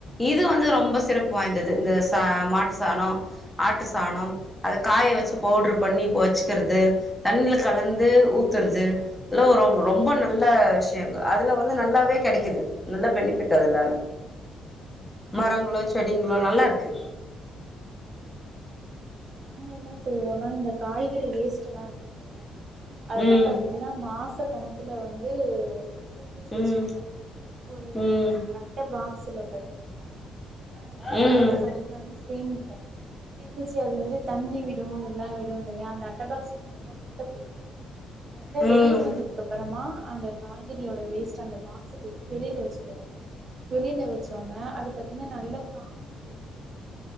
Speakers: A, in the centre; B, on the right.
A: இது
B: ம்
A: வந்து ரொம்ப சிறப்பு வாய்ந்தது இந்த சா மாட்டு சாணோ ஆட்டு சாணம்
B: ம்
A: அத காய வச்சு பவுடர் பண்ணி பொ வச்க்றது தண்ணில கலந்து
B: ம் ம்
A: ஊத்துறது எல்லா ரொ
B: ம்ஹும்
A: ரொம்ப நல்ல விஷ் யோங்க அதுல வந்து நல்லாவே கெடைக்குது நல்ல பெனிஃபிட்டு அதுலால
B: ம்
A: மரங்களோ செடிங்களோ நல்லா இருக்கு
B: ம்ஹும் நாங்க என்ன செய்வோனா இந்த காய்கறி வேஸ்ட் எல்லா இருக்குல்ல அதல்லா
A: ம்
B: பாத்தீங்கனா மாச கணக்குல வந்து சேமிச்சு
A: ம்
B: வச்சுபோம் ஒரு
A: ம்
B: அட்ட பாக்ஸில பாத்தீங்னா அதாது வந்து
A: ம் ம்
B: மாச கணக்குல வந்து சேமிப்போ சேமிச்சு அது வந்து தண்ணி விடு இதெல்லா விடுலய அந்த அட்டபாக்ஸ் பாத்தீங்கன்னா ஓட்ட போட்ருவோ நல்ல
A: ம்
B: வெயில் வந்ததுக்கு அப்பறமா அந்த காய்கறியோட வேஸ்ட் அந்த பாக்ஸ தூக்கி வெளில வச்சிருவோ வெளில வச்சோனே அது பாத்தீங்கன்னா நல்லா காஞ்சு போயிடு